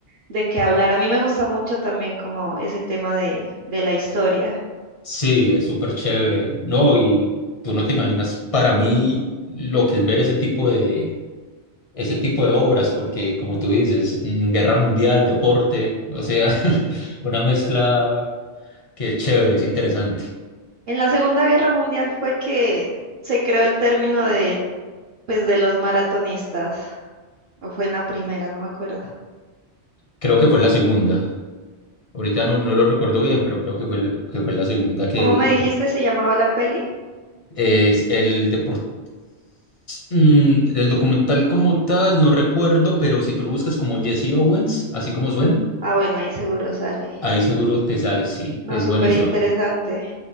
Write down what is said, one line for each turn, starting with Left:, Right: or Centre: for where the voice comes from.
Right: de qué hablar. A mí me gusta mucho también como ese tema de, de la historia.
Left: Sí, es súper chévere, ¿no? Y tú no te imaginas para mí lo que es ver ese tipo de, ese tipo de obras, porque como tú dices, mm, guerra mundial, deporte, o sea, <laughs> una mezcla que es chévere, es interesante.
Right: En la Segunda Guerra Mundial fue que se creó el término de, pues, de los maratonistas, o fue en la primera, no me acuerdo.
Left: Creo que fue la segunda. Ahorita no, no lo recuerdo bien, pero creo que fue, el- que fue la segunda que
Right: cómo me dijiste, se llamaba la peli.
Left: es el deporte. el documental como tal, no recuerdo, pero si tú lo buscas como Jesse Owens, así como suena.
Right: Ah, bueno, ahí seguro sale.
Left: Ahí seguro te sale, sí,
Right: No,
Left: es
Right: súper
Left: buenísima.
Right: interesante.